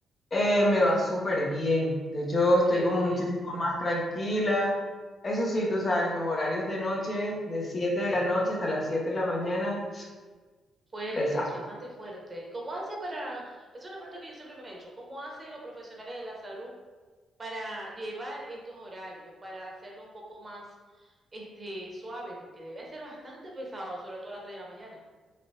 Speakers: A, on the left; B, on the right.
A: Eh, me va súper bien. De hecho, estoy
B: Qué
A: como
B: bueno,
A: muchísimo más tranquila. Eso sí, tú sabes, los horarios de noche, de 7 de la noche hasta las 7 de la mañana,
B: fuerte,
A: pesado.
B: es bastante fuerte. ¿Cómo hace para... Es una pregunta que yo siempre me he hecho. ¿Cómo hacen los profesionales de la salud? para llevar estos horarios, para hacerlo un poco más este, suave, porque debe ser bastante pesado, sobre todo a las tres de la mañana.